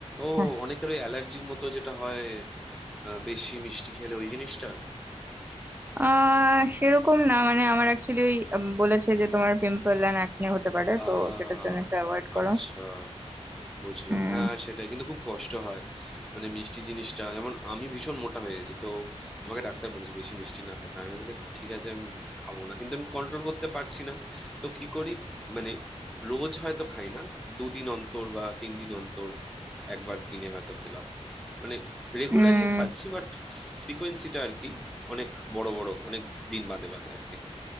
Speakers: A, in the centre; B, on the right (about 15°).
A: ও
B: হ্যাঁ
A: অনেকের ওই অ্যালার্জির মতো যেটা হয় আহ, বেশি মিষ্টি খেলে ওই জিনিসটা
B: আহ সেরকম না মানে আমার অ্যাকচুয়ালি ওই উম, বলেছে যে তোমার পিম্পল অ্যান্ড অ্যাকনে হতে পারে
A: আহ
B: তো সেটার জন্য একটু অ্যাভয়েড
A: আচ্ছা
B: করো
A: বুঝলাম
B: উম
A: হ্যাঁ সেটাই কিন্তু খুব কষ্ট হয় মানে মিষ্টি জিনিসটা যেমন আমি ভীষণ মোটা হয়ে গেছি তো আমাকে ডাক্তার বলেছে বেশি মিষ্টি না খেতে আমি বলছি ঠিক আছে আমি খাবো না কিন্তু আমি কন্ট্রোল করতে পারছি না তো কি করি মানে রোজ হয়তো খাই না দুদিন অন্তর বা তিন দিন অন্তর একবার কিনে হয়তো খেলাম মানে রেগুলারলি
B: উম
A: খাচ্ছি বাট ফ্রিকোয়েন্সিটা আর কি অনেক বড় বড় অনেক দিন বাদে বাদে আর কি